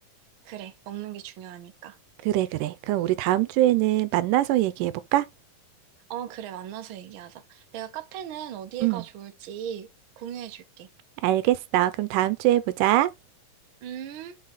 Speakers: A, on the right; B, on the right.
A: 그래. 먹는 게 중요하니까.
B: 그래, 그래. 그럼 우리 다음 주에는 만나서 얘기해볼까?
A: 어, 그래. 만나서 얘기하자. 내가 카페는 어디가
B: 응,
A: 좋을지 공유해줄게.
B: 알겠어. 그럼 다음 주에 보자.
A: 음.